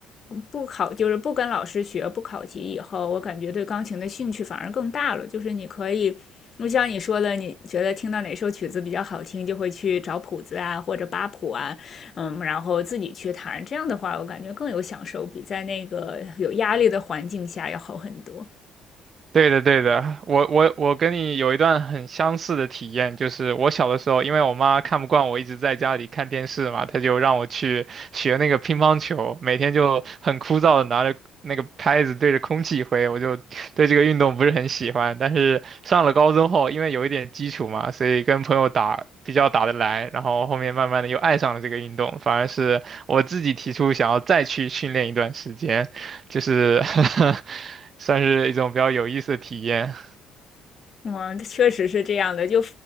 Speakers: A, on the left; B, on the right.
A: 不考，就是不跟老师学，不考级以后，我感觉对钢琴的兴趣反而更大了。就是你可以。就像你说的，你觉得听到哪首曲子比较好听，就会去找谱子啊，或者扒谱啊，嗯，然后自己去谈这样的话我感觉更有享受，比在那个有压力的环境下要好很多。
B: 对的，对的，我我我跟你有一段很相似的体验，就是我小的时候，因为我妈看不惯我一直在家里看电视嘛，她就让我去学那个乒乓球，每天就很枯燥的拿着那个拍子对着空气挥，我就对这个运动不是很喜欢。但是上了高中后，因为有一点基础嘛，所以跟朋友打比较打得来，然后后面慢慢的又爱上了这个运动，反而是我自己提出想要再去训练一段时间。就是 <laughs> 算是一种比较有意思的体验。
A: 嗯，确实是这样的。就